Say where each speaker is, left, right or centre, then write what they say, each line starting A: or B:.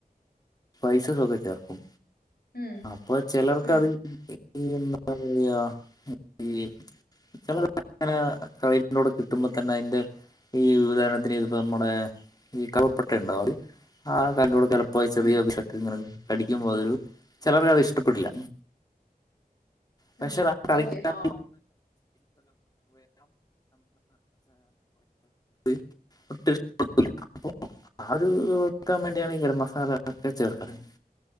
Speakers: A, on the left (about 25°); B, on the left (about 80°).
A: പൈസസ് ഒക്കെ ചേർക്കും
B: ഉം
A: അപ്പൊ ചിലർക്കത്
B: ഉം
A: <unintelligible> <unintelligible> കിട്ടുമ്പോ തന്നെ അതിന്റെ ഈ വിതരണത്തിന്തിപ്പോ നമ്മുടെ ഈ കലപ്പട്ട ഉണ്ടാവും അതി ആ കല്ലൂടെ കലപ്പോ ചെറിയ
B: ഉം
A: പീസ് ഒക്കെ ഇങ്ങനെ കടിക്കുമ്പോ അതൊരു ചിലവർക്ക് അത് ഇഷ്ടപ്പെട്ടില്ല പക്ഷെ
B: ഉം
A: കളിക്ക
B: ഓക്കെ ആ
A: <unintelligible> <unintelligible> <unintelligible> ആ ഒരു വെക്കാൻ വേണ്ടിയാണ് ഗരം മസാല ച്ചേർക്കണേ